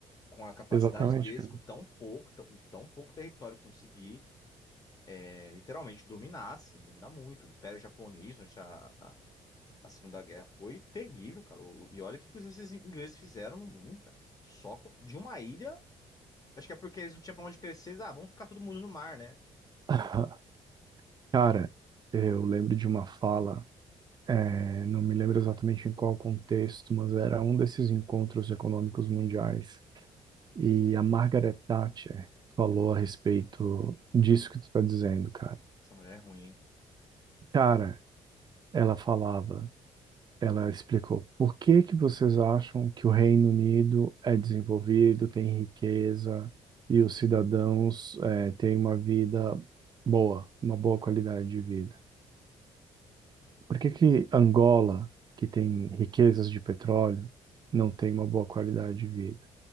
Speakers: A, on the left (about 30°); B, on the right (about 35°).
A: com a capacidade
B: Exatamente,
A: deles,
B: cara.
A: com tão pouco, tão, tão pouco território conseguir é, literalmente dominar, assim, dominar muito. O Império Japonês, durante a, a, a Segunda Guerra, foi terrível, cara. O- E olha o que que esses ingleses fizeram no mundo, cara. Só com- de uma ilha, acho que é porque eles não tinham pra onde crescer. eles, Ah, vamos ficar todo mundo no mar, né?
B: <laughs> Cara, eu lembro de uma fala, eh, não me lembro exatamente em qual contexto, mas era um desses encontros econômicos mundiais E a Margaret Thatcher falou a respeito disso que tu tá dizendo, cara.
A: Essa mulher é ruim, hein?
B: Cara, ela falava, ela explicou, por que que vocês acham que o Reino Unido é desenvolvido, tem riqueza e os cidadãos eh, têm uma vida boa, uma boa qualidade de vida? Por que que Angola, que tem riquezas de petróleo, não tem uma boa qualidade de vida?